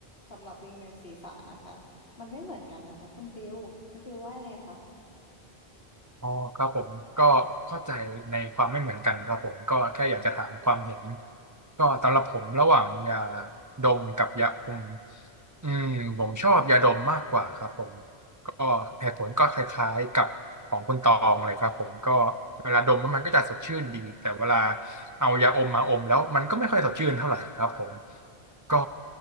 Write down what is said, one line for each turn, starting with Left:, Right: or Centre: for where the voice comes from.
Left: สำหรับวิงเวียนศีรษะนะคะมันไม่เหมือนกันนะคะคุณฟิลคุณฟิลว่ายังไงคะ
Right: อ๋อครับผมก็เข้าใจในความไม่เหมือนกันครับผมก็แค่อยากจะถามความเห็นก็สำหรับผมระหว่างยาดมกับยาอมอืมผมชอบยาดมมากกว่าครับผม ก็เหตุผลก็คล้ายๆกับของคุณตองเลยครับผมก็เวลาดมแล้วมันก็จะสดชื่นดีแต่เวลาเอายาอมมาอมแล้วมันก็ไม่ค่อยสดชื่นเท่าไหร่ครับผมก็